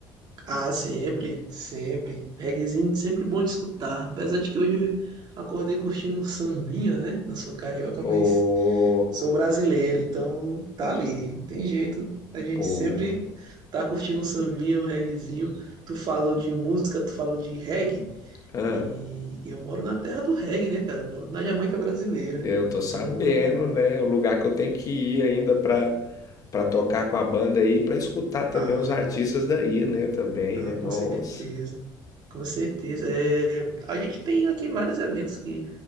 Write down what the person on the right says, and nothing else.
Ah, sempre, sempre. Reguezinho, sempre bom de escutar. Apesar de que hoje eu acordei curtindo um sambinha, né? Não sou carioca,
mas sou brasileiro, então tá ali. Não tem jeito. A gente
sempre tá curtindo um sambinha, um reguezinho. Tu falou de música, tu falou de reggae.
E eu moro na terra do reggae, né, cara? Eu moro na Jamaica brasileira.
Então,
ah.
Ah,
com
certeza. Com certeza. É, a gente tem aqui vários eventos que